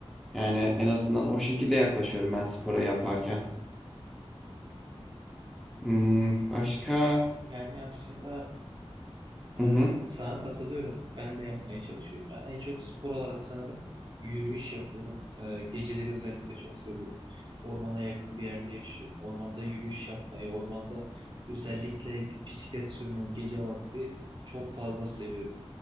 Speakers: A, in the centre; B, on the right.
A: Yani en azından o şekilde yaklaşıyorum ben spora yaparken. Hmm, başka?
B: Yani aslında e,
A: Hı hı.
B: sana katılıyorum. Ben de yapmaya çalışıyorum. Ben en çok spor olarak sanırım yürüyüş yapıyorum. E, geceleri özellikle çok seviyorum. Ormana yakın bir yerde yaşıyorum. Ormanda yürüyüş yapmayı, ormanda özellikle bisiklet sürmeyi gece vakti çok fazla seviyorum.